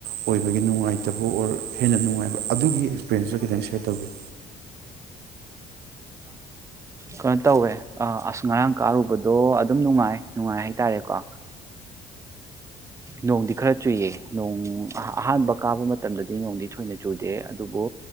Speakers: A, on the right; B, on the right.
A: ꯑꯣꯏꯕꯒꯤ ꯅꯨꯡꯉꯥꯏꯇꯕ ꯑꯣꯔ ꯍꯦꯟꯅ ꯅꯨꯡꯉꯥꯏꯕ ꯑꯗꯨꯒꯤ ꯑꯦꯛꯁꯄꯤꯔꯦꯟꯁꯇꯣ ꯈꯤꯇꯪ ꯁꯦꯌꯔ ꯇꯧꯕꯤꯨ
B: ꯀꯩꯅꯣ ꯇꯧꯋꯦ ꯑꯁ ꯉꯔꯥꯡ ꯀꯥꯔꯨꯕꯗꯣ ꯑꯗꯨꯝ ꯅꯨꯡꯉꯥꯏ ꯅꯨꯡꯉꯥꯏ ꯍꯥꯏ ꯇꯔꯦꯀꯣ ꯅꯣꯡꯗꯤ ꯈꯔ ꯆꯨꯏꯌꯦ ꯅꯣꯡ ꯑꯍꯥꯟꯕ ꯀꯥꯕ ꯃꯇꯝꯗꯗꯤ ꯅꯣꯡꯗꯤ ꯊꯣꯏꯅ ꯆꯨꯗꯦ ꯑꯗꯨꯕꯨ